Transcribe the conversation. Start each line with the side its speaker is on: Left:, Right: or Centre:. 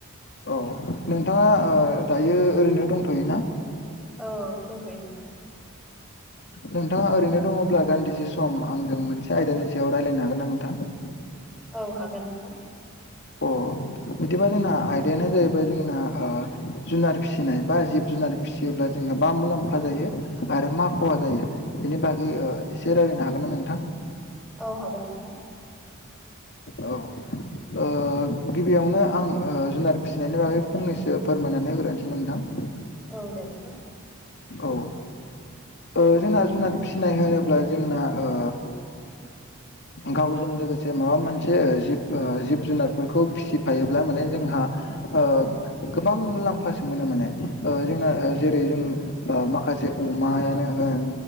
Left: औ नोंथाङा ओ दायो ओरैनो दंथ'योना
Centre: औ दंथ'यो नोंथां
Left: नोंथाङा ओरैनो दङब्ला दान्दिसे सम आंजों मोनसे आयदानि सायाव रायज्लायनो हागोन ना नोंथां
Centre: औ हागोन नोंथां
Left: अ बिदिबा जोंना आयदायानो जाहैबाय जोंना ओ जुनार फिसिनाय बा जिब जुनार फि फिसियोब्ला जोंहा मा मुलाम्फा जायो आरो मा खहा जायो बेनि बागै ओ एसे रायज्लायनो हागोन ना नोंथां
Centre: औ हागोन नोंथां
Left: औ ओ गिबियावनो आं ओ जुनार फिसिनायनि बागै फंनैसो फोरमायनानै होग्रोनोसै नोंथां
Centre: औ दे नोंथां
Left: औ ओ जोंना जुनाद फिसिनाय होनोब्ला जोंना ओ गावजों लोगोसे माबा मोनसे जिब ओ जिब जुनारफोरखौ फिसिफायोब्ला माने जोंहा ओ गोबां मुलाम्फासो मोनो माने ओ जोंना जेरै जों ओ माखासे अमायानो होन,